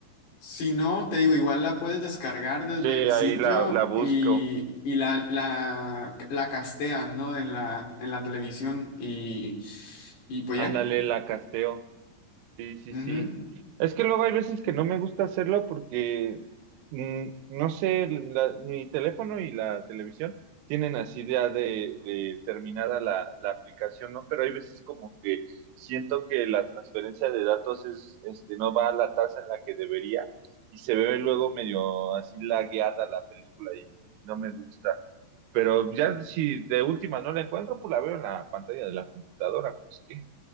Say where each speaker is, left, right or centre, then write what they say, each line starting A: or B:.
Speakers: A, on the left (about 80°); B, on the right (about 80°).
A: si no, te digo, igual la puedes descargar desde
B: sí, ahí
A: el sitio
B: la, la busco.
A: y, y la, la, la casteas, ¿no? En la, en la televisión y, y pues
B: Ándale,
A: ya.
B: la casteo. Sí, sí,
A: Ujú.
B: sí. Es que luego hay veces que no me gusta hacerlo porque, mm, no sé, la- mi teléfono y la televisión tienen así ya de, de terminada la, la aplicación, ¿no? Pero hay veces como que siento que la transferencia de datos es, este, no va a la tasa en la que debería y se ve luego medio así lagueada la película y no me gusta. Pero ya si de última no la encuentro, pues la veo en la pantalla de la computadora, pues qué.